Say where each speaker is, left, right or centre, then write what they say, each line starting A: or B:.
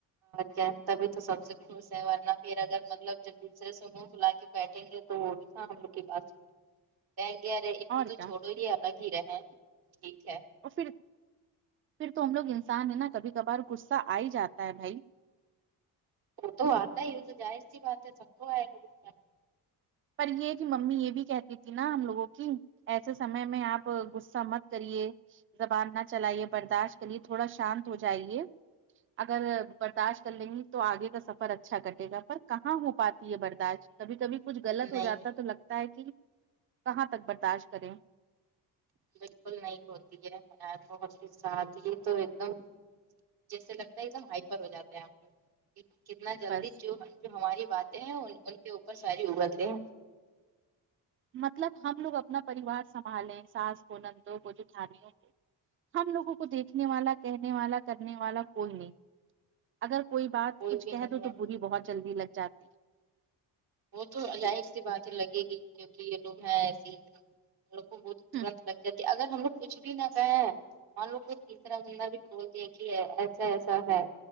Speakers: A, on the right; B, on the right.
A: کیا تبھی تو سب سے خوش ہے ورنہ پھر اگر مطلب جب دوسرے سے منہ فلا کے بیٹھیں گے <unintelligible> کہیں گے ارے ان کو
B: اور
A: تو
B: کیا
A: چھوڑو ہی الگ ہی رہیں ٹھیک ہے
B: اور فر پھر تو ہم لوگ انسان ہے نا کبھی کبھار غصہ آ ہی جاتا ہے بھائی
A: وہ تو آتا ہی ا تو جاہر سی بات ہے سب کوآتا ہے غصہ
B: پر یہ کہ ممی یہ بھی کہتی تھی نا ہم لوگوں کی ایسے سمے میں آپ غصہ مت کریے زبان نہ چلائیے برداشت کریے تھوڑا شانت ہو جائیے اگر برداشت کر لیں گی تو آگے کا سفر اچھا کٹے گا پر کہاں ہو پاتی ہے برداشت کبھی کبھی کچھ غلط ہو
A: نہیں
B: جاتا ہے تو لگتا ہے کہ کہاں تک برداشت کریں
A: بالکل نہیں ہوتی ہے بت کے ساتھ ہی تو ایک دم جیسے لگتا ہے ایک دم ہائپر ہو جاتا ہے آپ کو کتنا جلدی
B: بس
A: جو جو ہماری باتیں ہیں ان کے اوپر ساری اگلتےیں ہیں
B: مطلب ہم لوگ اپنا پریوار سنبھالیں ساس کو نندوں کو جوٹھالوں کو ہم لوگوں کو دیکھنے والا کہنے والا کرنے والا کوئی نہیں اگر کوئی بات
A: کوئی
B: کچھ
A: بھی
B: کہہ
A: نہیں
B: دو
A: ہے
B: تو بوری بہت جلدی لگ جاتی
A: وہ تو ظاہر سی بات ہے لگے گی کیونکہ یہ لوگ ہیں ایسی ہی ہملوگ کو بہت ترنت
B: ہے
A: لگ جات ہے اگر ہم لوگ کچھ بھی نہ کہیں ہم لوگ کو تیسرا بندہ بھی بول دیا کہ ایسا ایسا ہے